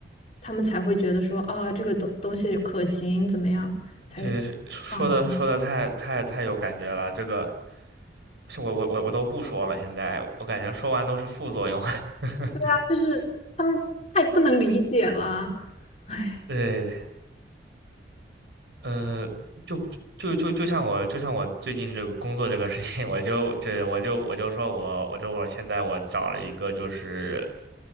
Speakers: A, on the left (about 35°); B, on the right (about 75°).
A: 他们才会觉得说啊，这个东东西可行，怎么样才
B: 对，说的说的太太太有感觉了，
A: 放弃。
B: 这个我我我我都不说了，现在我感觉说完都是副作用。<laughs>
A: 对啊，就是他们太不能理解了啊，唉，
B: 对，呃，就就就就像我就像我最近这个工作这个事情，我就这我就我就说我我这会儿现在我找了一个就是